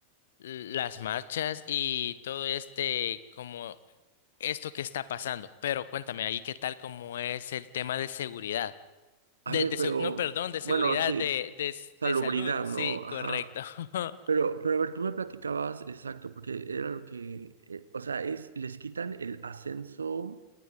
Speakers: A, on the left; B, on the right.
A: las marchas y todo este, como esto que está pasando. Pero cuéntame ahí qué tal como es el tema de seguridad.
B: A
A: De,
B: ver,
A: de
B: pero,
A: se- no, perdón, de seguridad,
B: bueno, sí,
A: de, de,
B: salubridad,
A: de salud. Sí,
B: ¿no? Ajá.
A: correcto. <laughs>
B: Pero, pero a ver, tú me platicabas, exacto, porque era lo que, eh, o sea, es, les quitan el ascenso